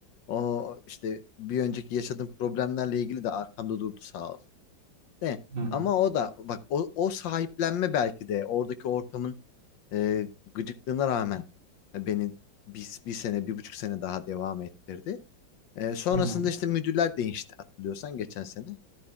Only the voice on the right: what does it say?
hı hı,
hı hı,